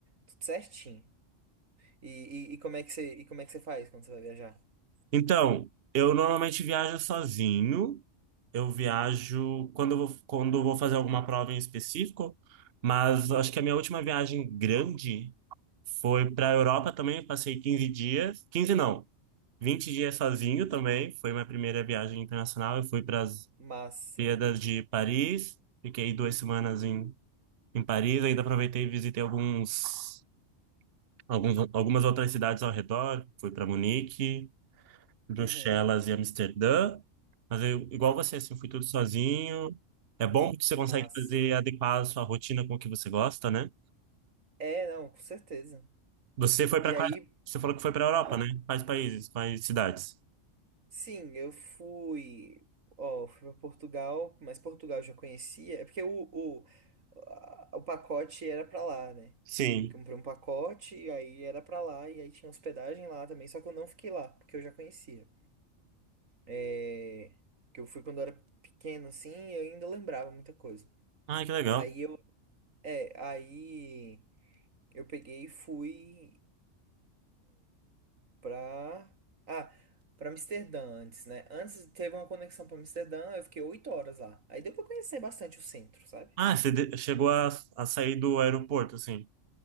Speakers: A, on the right; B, on the right.
A: tudo certinho. E, e, e como é que você, e como é que você faz quando você vai viajar?
B: Então, eu normalmente viajo sozinho. Eu viajo quando eu vou, quando eu vou fazer alguma prova em específico, mas acho que a minha última viagem grande foi para a Europa também. Passei 15 dias, 15 não, 20 dias sozinho também. Foi minha primeira viagem internacional. Eu fui para
A: Massa.
B: Olimpíadas de Paris. Fiquei duas semanas em, em Paris. Ainda aproveitei e visitei alguns, alguns, algumas outras cidades ao redor. Fui para Munique, Bruxelas
A: Uhum,
B: e Amsterdã. Mas eu, igual você, assim, fui tudo sozinho. É bom que você
A: massa.
B: consegue fazer adequar a sua rotina com o que você gosta, né?
A: É, não, com certeza.
B: Você foi para
A: E aí,
B: quais? Você falou que foi para Europa,
A: hã?
B: né? Quais países? Quais cidades?
A: Sim, eu fui, ó, fui para Portugal, mas Portugal eu já conhecia, é porque o, o, a- o pacote era pra lá, né?
B: Sim.
A: Eu Comprei um pacote, e aí era pra lá, e aí tinha hospedagem lá também, só que eu não fiquei lá, porque eu já conhecia. É, que eu fui quando eu era pequeno, assim, e eu ainda lembrava muita coisa.
B: Ah, que legal.
A: Aí eu, é, aí eu peguei e fui. pra. Ah, pra Amsterdã antes, né? Antes teve uma conexão pra Amsterdã, eu fiquei oito horas lá. Aí deu pra conhecer bastante o centro, sabe?
B: Ah, você de- chegou a, a sair do aeroporto, assim.